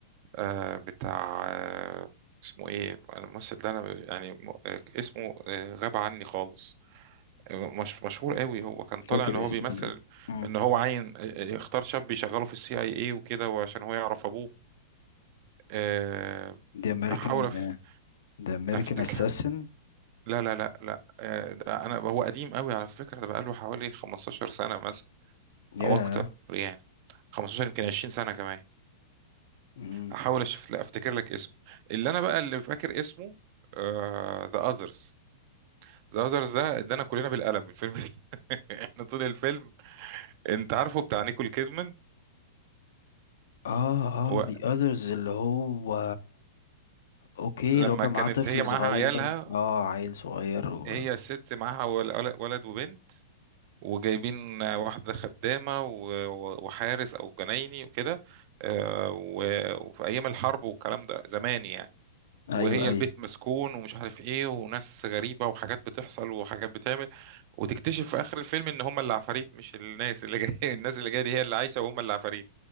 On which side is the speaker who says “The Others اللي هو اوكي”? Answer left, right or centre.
Left